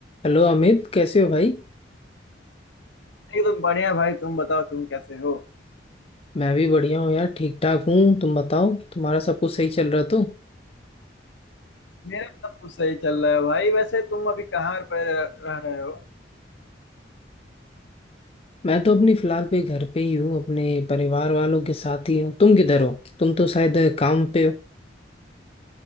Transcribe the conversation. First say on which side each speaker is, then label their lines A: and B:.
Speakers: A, on the left (about 30°); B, on the left (about 80°).
A: Hello Amit कैसे हो भाई
B: एकदम बढ़िया भाई तुम बताओ तुम कैसे हो
A: मैं भी बढ़िया हूँ यार ठीक ठाक हूँ तुम बताओ तुम्हारा सब कुछ सही चल रहा तो
B: मेरा सब कुछ सही चल रहा है भाई वैसे तुम अभी कहाँ पर रह रहे हो
A: मैं तो अपनी फिलहाल पे घर पे ही हूँ अपने परिवार वालों के साथ ही हूँ तुम किधर हो तुम तो शायद काम पे हो